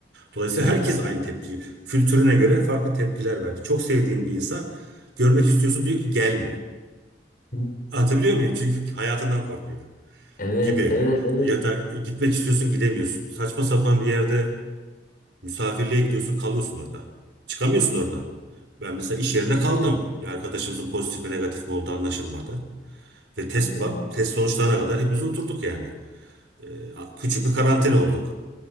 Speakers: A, on the right; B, on the left.
A: Dolayısıyla
B: Hı.
A: herkes aynı tepkiyi. Kültürüne göre farklı tepkiler verdi. Çok sevdiğin bir insan görmek istiyorsun diyor ki gelme.
B: <laughs> Hı.
A: Anlatabiliyor muyum? Çünkü hayatından korkuyor
B: Evet,
A: gibi.
B: evet, evet.
A: Ya da "E, gitmek istiyorsun gidemiyorsun. Saçma sapan bir yerde misafirliğe gidiyorsun kalıyorsun orada. Çıkamıyorsun oradan. Ben mesela iş yerinde kaldım. Bir arkadaşımızın pozitif mi negatif mi olduğu anlaşılmadı. Ve test
B: Oo,
A: bak test sonuçlarına kadar hepimiz oturduk yani. Ee, küçük bir karantina olduk.